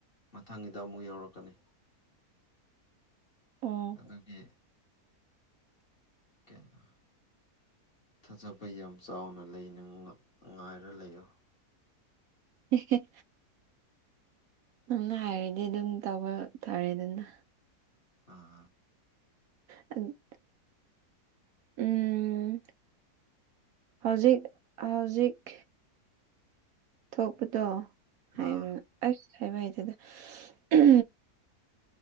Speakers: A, on the left; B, on the right.
A: ꯃꯊꯪꯒꯤꯗ ꯑꯃꯨꯛ ꯌꯧꯔꯛꯀꯅꯤ
B: ꯑꯣ
A: ꯑꯗꯨꯒꯤ ꯀꯩꯅꯣ ꯊꯥꯖꯕ ꯌꯥꯝ ꯆꯥꯎꯅ ꯂꯩꯅ ꯉꯥꯏꯔ ꯂꯩꯌꯨ
B: ꯍ <unintelligible> ꯅꯪꯅ ꯍꯥꯏꯔꯗꯤ ꯑꯗꯨꯝ ꯇꯧꯕ ꯇꯥꯔꯦꯗꯅꯥ
A: ꯑꯥ
B: ꯑ <unintelligible> ꯎꯝ ꯍꯧꯖꯤꯛ ꯍꯧꯖꯤꯛ ꯊꯣꯛꯄꯗꯣ
A: ꯑꯥ
B: ꯍꯥꯏꯔꯣꯏ ꯑꯁ ꯍꯥꯏꯕ ꯍꯩꯇ‌ꯦꯗ